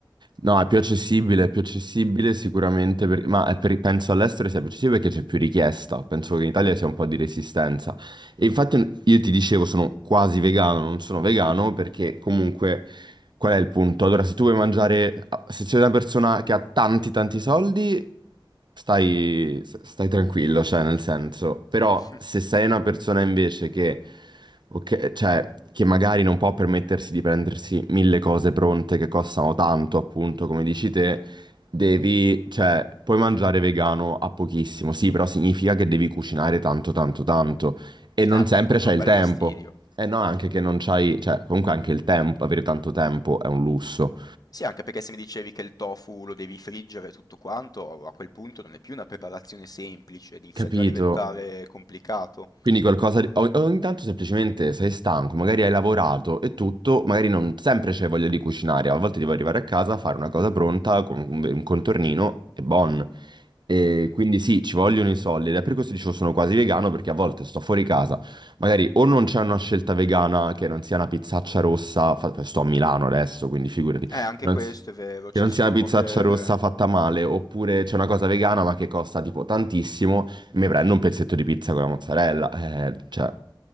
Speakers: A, on the right; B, on the left.
A: No, è più accessibile, è più accessibile sicuramente, per- ma è per- penso all'estero sia più accessibile perché c'è più richiesta, penso che in Italia sia un po' di resistenza. E infatti io ti dicevo, sono quasi vegano, non sono vegano perché comunque qual è il punto? Allora, se tu vuoi mangiare, se sei una persona che ha tanti tanti soldi, stai, stai tranquillo, cioè nel senso, però
B: <laughs>
A: se sei una persona invece che, ok, cioè, che magari non può permettersi di prendersi mille cose pronte che costano tanto, appunto, come dici te, devi, cioè, puoi mangiare vegano a pochissimo, sì, però significa che devi cucinare tanto tanto tanto. E non
B: Eh, a
A: sempre
B: quel punto
A: c'hai
B: è un
A: il
B: bel
A: tempo.
B: fastidio.
A: E no, anche
B: Mm.
A: che non c'hai, cioè, comunque anche il tempo, avere tanto tempo è un lusso.
B: Sì, anche perché se mi dicevi che il tofu lo devi friggere e tutto quanto, a quel punto non è più una preparazione semplice, inizia
A: Capito?
B: già a diventare complicato.
A: Quindi qualcosa di... o- ogni tanto semplicemente sei stanco, magari hai lavorato e tutto, magari non sempre c'è voglia di cucinare, a volte devo arrivare a casa, fare una cosa pronta con un un contornino e buon. E
B: Mhm.
A: quindi sì, ci vogliono i soldi ed è per questo dicevo sono quasi vegano perché a volte sto fuori casa, magari o non c'è una scelta vegana che non sia una pizzaccia rossa, fa- sto a Milano adesso, quindi figurati,
B: Eh, anche
A: non
B: questo
A: si-
B: è vero,
A: che
B: ci
A: non
B: sono
A: sia la pizzaccia
B: poche...
A: rossa fatta male, oppure c'è una cosa vegana ma che costa tipo tantissimo, mi prendo un pezzetto di pizza con la mozzarella. Eh, cioè,